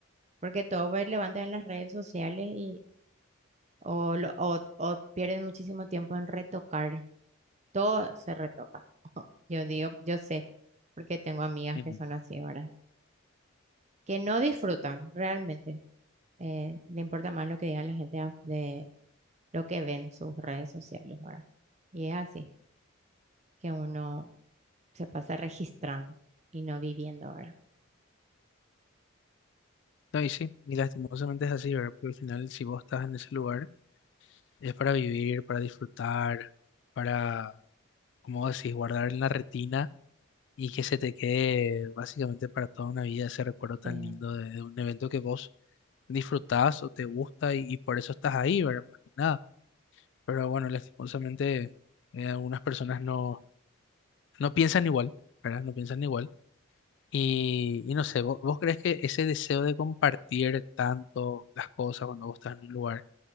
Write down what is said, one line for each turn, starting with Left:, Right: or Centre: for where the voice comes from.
Right: Porque todo pues, levantan en las redes sociales y o, lo- o, o pierden muchísimo tiempo en retocar. Todo se retoca. <laughs> Yo digo, yo sé, porque tengo amigas
Left: Ujú.
Right: que son así ahora, que no disfrutan realmente. Eh, le importa más lo que digan la gente a- de lo que ven sus redes sociales ahora. Y es así, que uno se pasa registrando y no viviendo ahora.
Left: No, y sí, y lastimosamente es así, ¿verdad? Porque al final, si vos estás en ese lugar, es para vivir, para disfrutar, para, como decís, guardar en la retina y que se te quede básicamente para toda una vida ese recuerdo tan
Right: Pero
Left: lindo de, de un evento que vos disfrutás o te gusta y, y por eso estás ahí, ¿verdad? Más que nada. Pero bueno, lastimosamente, eh, algunas personas no, no piensan igual, ¿verdad? No piensan igual. Y, y no sé, ¿vo- ¿vos, crees que ese deseo de compartir tanto las cosas cuando vos estás en un lugar?